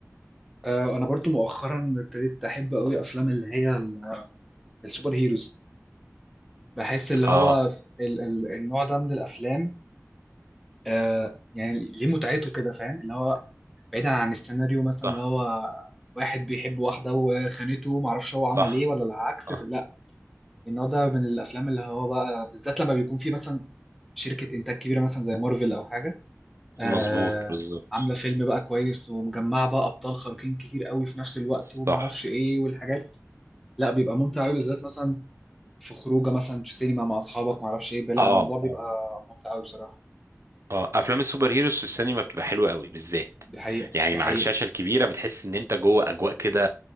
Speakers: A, in the centre; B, on the right.
A: آه انا برضو مؤخرا ابتديت احب قوي افلام اللي هي ال- السوبر هيروز بحس اللي هو
B: اه
A: ف- ال- ال- النوع ده من الافلام آه يعني ليه متعته كده فاهم اللي هو بعيدا عن السيناريو مثلا
B: صح
A: اللي هو واحد بيحب واحده وخانته معرفش هو
B: صح
A: عمل ايه ولا العكس
B: صح
A: ف- لا النوع ده من الافلام اللي هو بقى بالذات لما بيكون في مثلا شركه انتاج كبيره مثلا زي مارفل او حاجه آه
B: مظبوط بالظبط
A: عامله فيلم بقى كويس ومجمعه بقى ابطال خارقين كتير قوي في نفس الوقت
B: صح
A: ومعرفش ايه والحاجات لا بيبقى ممتع قوي بالذات مثلا في خروجه مثلا في سينما مع اصحابك ما اعرفش ايه لا
B: اه
A: الموضوع بيبقى
B: اه
A: ممتع قوي بصراحه
B: اه افلام السوبر هيروز في السينما بتبقى حلوه قوي بالذات
A: دي حقيقه
B: يعني
A: دي
B: مع
A: حقيقه
B: الشاشه الكبيره بتحس ان انت جوه اجواء كده